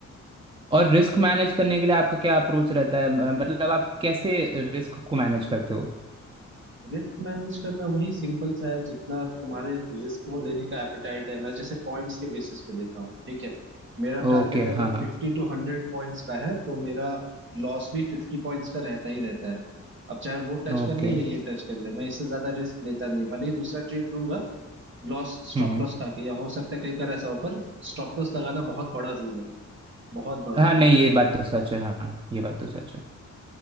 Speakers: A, on the right; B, on the right.
A: और रिस्क मैनेज करने के लिए आपका क्या अप्रोच रहता है म- मतलब आप कैसे रिस्क को मैनेज करते हो
B: रिस्क मैनेज करना वही सिंपल सा है जितना तुम्हारे रिस्क को लेने का एपेटाइट है मैं जैसे पॉइंट्स के बेसिस पे लेता हूँ ठीक है मेरा
A: ओके
B: टारगेट अगर
A: हाँ हाँ
B: फिफ्टी टू हंड्रेड पॉइंट्स का है तो मेरा लॉस भी फिफ्टी पॉइंट्स का रहता ही रहता है अब चाहे वो टच
A: ओके
B: कर ले या ये टच कर ले मैं इससे ज्यादा रिस्क लेता नहीं भले ही दूसरा ट्रेड लूंगा लॉस स्टॉप
A: हम्म हम्म।
B: लॉस खा के या हो सकता है कई बार ऐसा हो पर स्टॉप लॉस लगाना बहुत बड़ा रूल है बहुत बड़ा
A: हाँ नहीं ये बात तो सच है हाँ ये बात तो सच है